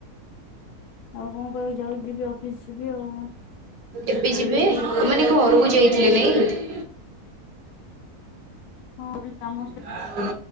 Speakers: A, on the left (about 85°); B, on the right (about 70°).
A: ଆଉ କଣ କହିବି ଯାଉ ଯିବି ଅଫିସ୍ ଯିବି ଆଉ।
B: ଏବେ ଯିବେ ତା ମାନେ ଘରକୁ
A: ହୁଁ
B: ଯାଇଥିଲେ
A: ହୁଁ
B: ନାଇଁ?
A: ହଁ କାମ
B: <inaudible>